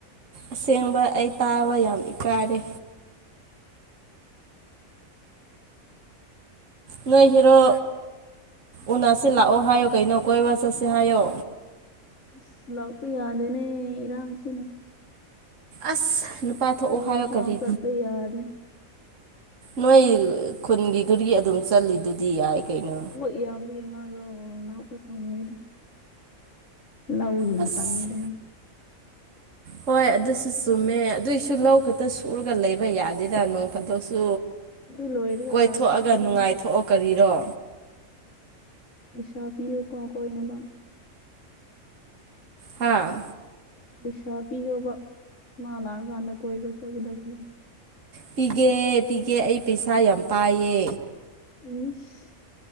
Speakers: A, on the right; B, on the left.
A: ꯑꯁꯦꯡꯕ ꯑꯩ ꯇꯥꯕ ꯌꯥꯝ ꯏꯀꯥꯏꯔꯦ ꯅꯣꯏ ꯍꯦꯔꯣ ꯎꯅꯥꯁꯦ ꯂꯥꯛꯑꯣ ꯍꯥꯏꯌꯣ ꯀꯩꯅꯣ ꯀꯣꯏꯕ ꯆꯠꯁꯦ ꯍꯥꯏꯌꯣ
B: ꯑꯁ ꯂꯥꯛꯄ ꯌꯥꯗꯦꯅꯦ ꯏꯔꯥꯡꯁꯤꯅ
A: ꯑꯁ ꯅꯨꯄꯥ ꯊꯣꯛꯑꯣ
B: ꯑꯩ
A: ꯍꯥꯏꯌꯣ
B: ꯐꯥꯎ
A: ꯀꯥꯔꯤ
B: ꯆꯠꯄ ꯌꯥꯗꯦ
A: ꯅꯣꯏ ꯈꯨꯟꯒꯤꯗꯨꯗꯒꯤ ꯑꯗꯨꯝ ꯆꯠꯂꯤꯗꯨꯗꯤ ꯌꯥꯏ ꯀꯩꯅꯣ
B: ꯑꯩꯈꯣꯏ ꯏꯌꯥꯝꯕꯒꯤ ꯃꯥꯗꯣ ꯂꯥꯛꯄ ꯁꯪꯉꯣꯏꯗ ꯂꯧꯒꯤ
A: ꯑꯁ
B: ꯃꯇꯝꯅꯤꯗꯅ
A: ꯍꯣꯏ ꯑꯗꯨꯁꯨ ꯆꯨꯝꯃꯦ ꯑꯗꯨꯏꯁꯨ ꯂꯧ ꯈꯛꯇ ꯁꯨꯔꯒ ꯂꯩꯕ ꯌꯥꯗꯦꯗ ꯅꯣꯡ ꯐꯥꯗꯣꯛꯁꯨ
B: ꯑꯗꯨ ꯂꯣꯏꯔꯒ
A: ꯀꯣꯏꯊꯣꯛꯑꯒ
B: ꯂꯥꯛꯀꯦ ꯍꯥꯏꯕꯅꯦ
A: ꯅꯨꯡꯉꯥꯏꯊꯣꯛꯑꯣ ꯀꯥꯔꯤꯔꯣ
B: ꯄꯩꯁꯥ ꯄꯤꯌꯨꯀꯣ ꯀꯣꯏꯅꯕ
A: ꯍꯥꯥ
B: ꯄꯩꯁꯥ ꯄꯤꯌꯣꯕ ꯃꯥ ꯂꯥꯛꯑꯀꯥꯟꯗ ꯀꯣꯏꯕ ꯆꯠꯀꯗꯕꯥꯗꯣ
A: ꯄꯤꯒꯦ ꯄꯤꯒꯦ ꯑꯩ ꯄꯩꯁꯥ ꯌꯥꯝ ꯄꯥꯏꯌꯦ
B: ꯏꯁ